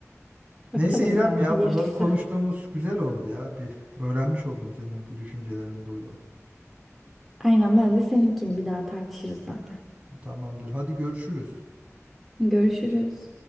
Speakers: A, in the centre; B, on the right.
A: Bakalım
B: Neyse İrem
A: ya
B: ya
A: hayırlısı.
B: bunları konuştuğumuz güzel oldu ya. Bir öğrenmiş oldum senin bu düşüncelerini burada.
A: Aynen ben de seninkini bir daha tartışırız zaten.
B: Tamamdır. Hadi görüşürüz.
A: Görüşürüz.